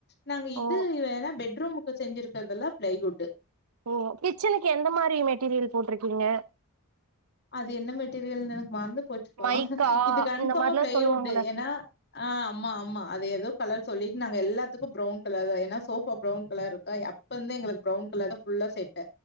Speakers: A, on the left (about 50°); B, on the right (about 80°).
A: நாங்க இது
B: ஓ
A: என்ன பெட்ரூமுக்கு செஞ்சிருக்குறதெல்லாம் பிளைவுட்
B: ஓ கிச்சனுக்கு எந்த மாரி மெட்டீரியல் போட்டிருக்கீங்க
A: அது என்ன மெட்டீரியல்னு எனக்கு மறந்து போச்சுப்ப
B: மைக்கா
A: இது கன்ஃபார்மா
B: இந்த மாரிலா
A: பிளவுட்
B: சொல்லுவாங்கள
A: ஏனா ஆ அம்மா ஆமா அது எதோ கலர் சொல்லிட்டு நாங்க எல்லாத்துக்கும் ப்ரவுன் கலர் தான் ஏனா சோஃபா ப்ரவுன் கலர் இருக்கா இப்ப வந்து எங்கலுக் பிரவுன் கலர்தா ஃபுல்லா செட்